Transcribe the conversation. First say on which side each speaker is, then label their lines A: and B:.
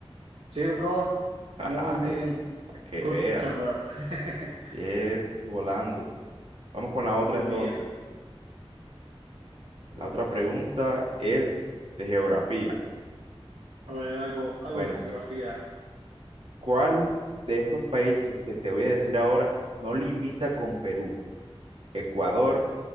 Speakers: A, on the right (about 85°); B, on the right (about 70°).
A: Sí, bro.
B: <laughs>
A: Muy bien.
B: Ay, para que
A: Gutenberg.
B: veas.
A: <laughs> Ya.
B: Sí Es volando. Vamos con la otra
A: Algo
B: entonces.
A: bien.
B: La otra pregunta es de geografía.
A: A ver, algo, algo
B: Bueno,
A: de geografía.
B: ¿cuál de estos países que te voy a decir ahora no limita con Perú? Ecuador.